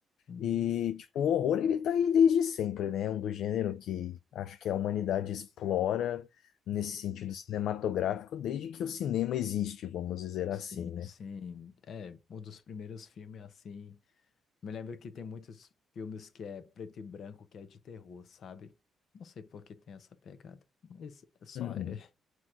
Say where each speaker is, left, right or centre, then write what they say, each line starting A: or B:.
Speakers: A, on the left; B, on the left.
A: Uhum.
B: E, tipo, o horror ele tá aí desde sempre, né? É Um do gênero que acho que a humanidade explora nesse
A: Hum.
B: sentido cinematográfico desde que o cinema existe, vamos dizer
A: Sim,
B: assim, né?
A: sim. É, um dos primeiros filmes assim. Me lembro que tem muitos filmes que é preto e branco, que é de terror, sabe? Não sei por que tem essa pegada, mas é só
B: Uhum.
A: é.